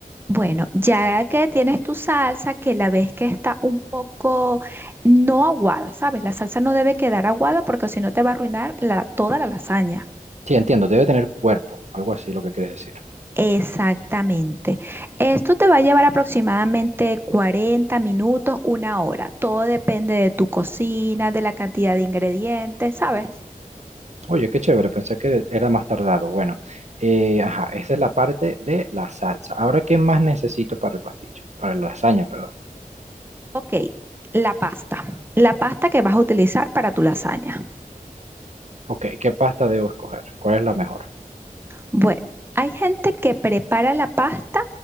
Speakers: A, on the right; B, on the right.
A: Bueno, ya que tienes tu salsa, que la ves que está un poco no aguada, ¿sabes? La salsa no debe quedar aguada porque si no te va a arruinar la- toda la lasaña.
B: Sí, entiendo, debe tener cuerpo, algo así lo que quieres decir.
A: Exactamente. Esto te va a llevar aproximadamente 40 minutos, una hora. Todo depende de tu cocina, de la cantidad de ingredientes, ¿sabes?
B: Oye, qué chévere, pensé que era más tardado. Bueno, eh, ajá, esa es la parte de la salsa. Ahora, ¿qué más necesito para el pastillo? Para la lasaña, perdón.
A: Ok, la pasta. La pasta que vas a utilizar para tu lasaña.
B: Ok, ¿qué pasta debo escoger? ¿Cuál es la mejor?
A: Bueno, hay gente que prepara la pasta